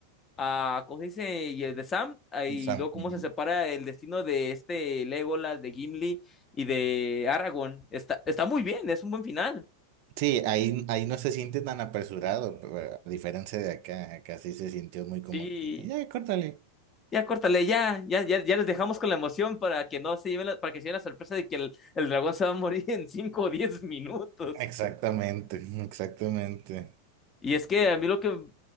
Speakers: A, on the left; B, on the right.
A: a, ¿cómo se dice? Y el de Sam, ah, y
B: Sam,
A: luego cómo
B: ujú.
A: se separa el destino de este Legolas, de Gimli y de Aragorn. Está, está muy bien, es un buen final.
B: Sí, ahí, ahí no se siente tan apresurado, pero a diferencia de acá, acá sí se sintió muy como
A: Sí,
B: que, ya, córtale.
A: ya córtale, ya, ya, ya, ya les dejamos con la emoción para que no se lleven la, para que se lleven la sorpresa de que el, el dragón se va a morir <laughs> en 5 o 10 minutos.
B: Exactamente, exactamente.
A: Y es que a mí lo que